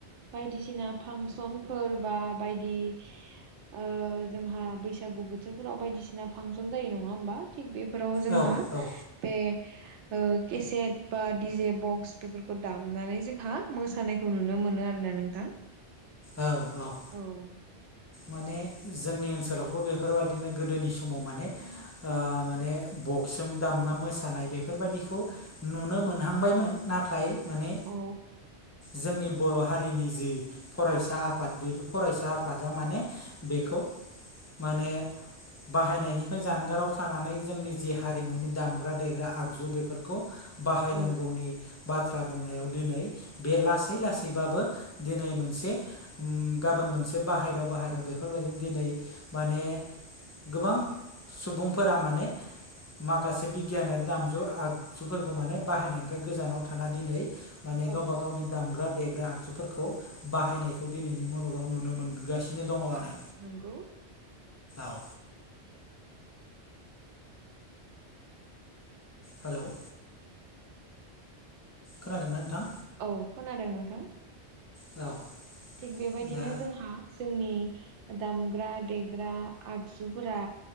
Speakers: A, on the right; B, on the left.
A: बायदिसिना फांसनफोर बा बायदि ओ जोंहा बैसागु बोथोरफोराव बायदिसिना फांसन जायो नङा होनबा थिग बेफोराव जोंहा
B: औ औ
A: बे ओ केसेट बा डिजे बक्स बेफोरखौ दामनानै जोंहा मोसानाय खौ नुनो मोनो आरोना नोंथां।
B: औ औ
A: औ
B: माने जोंनि ओनसोलावबो बेफोरबायदिनो गोदोनि समाव माने ओ माने बक्सोम दामना मोसानाय बेफोरबायदिखौ नुनो मोनहांबायमोन नाथाय माने
A: औ
B: जोंनि बर' हारिनि जि फरायसा आफाद बेफोर फरायसा आफाद दा माने बेखौ माने बाहायनायनिफ्राय जानगाराव थानानै जोंनि जि हारिमुनि दामग्रा देग्रा आगजु बेफोरखौ बाहायनांगौनि
A: औ
B: बाथ्रा बुंनायाव दिनै बे लासै लासैबाबो दिनै मोनसे उम गाबोन मोनसे बाहायदाव बाहायदाव बेफोरबायदिनो दिनै माने गोबां सुबुंफोरा माने माखासे बिगियानारि दामजु आगजुफोरखौ माने बाहायनायनिफ्राय गोजानाव थाना दिनै माने
A: औ
B: गावबा गावनि दामग्रा देग्रा आगजुफोरखौ बाहायनायखौ दिनैनि मुलुगाव नुनो मोनगासिनो। बिदिनो दङ
A: औ
B: आरो
A: नंगौ
B: औ हेल' खोनादोंना नोंथां
A: औ खोनादों नोंथां।
B: औ
A: थिग बेबायदिनो
B: दा
A: जोंहा जोंनि दामग्रा-देग्रा आगजुफोरा